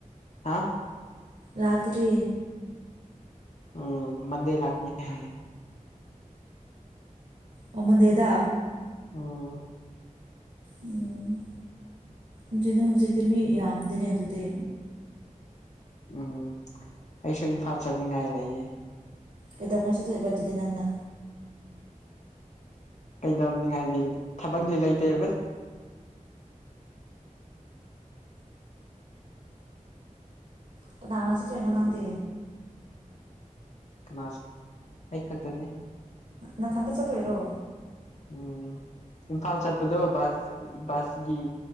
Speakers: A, on the left; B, on the right.
A: ꯍꯥ
B: ꯂꯥꯛꯇ꯭ꯔꯤ
A: ꯎꯝ ꯃꯟꯗꯦ ꯂꯥꯛꯀꯅꯤ ꯍꯥꯏ
B: ꯑꯣ ꯃꯟꯗꯦꯗ
A: ꯎꯝ
B: ꯎꯝ ꯑꯗꯨ ꯍꯧꯖꯤꯛ ꯅꯪ ꯍꯧꯖꯤꯛꯇꯤ ꯃꯤ ꯌꯥꯝꯗꯦꯅꯦ ꯑꯗꯨꯗꯤ
A: ꯎꯝ ꯑꯩꯁꯨ ꯏꯝꯐꯥꯜ ꯆꯠꯅꯤꯡꯉꯥꯏ ꯂꯩꯌꯦ
B: ꯀꯗꯧꯉꯩ ꯆꯠꯇꯣꯏꯕ ꯑꯗꯨꯗꯤ ꯅꯪꯅ
A: ꯀꯩꯗꯧꯅꯤꯉꯥꯏꯗꯤ ꯊꯕꯛꯗꯤ ꯂꯩꯇꯦ
B: ꯀꯅꯥꯒ ꯆꯠꯇꯧꯅꯣ ꯅꯪꯗꯤ
A: ꯀꯅꯥꯁꯨ ꯑꯩ ꯈꯛꯇꯅꯦ
B: ꯅꯊꯟꯇ ꯆꯠꯇꯣꯏꯔꯣ
A: ꯎꯝ ꯏꯝꯐꯥꯜ ꯆꯠꯄꯗꯣ ꯕꯁ ꯕꯁꯒꯤ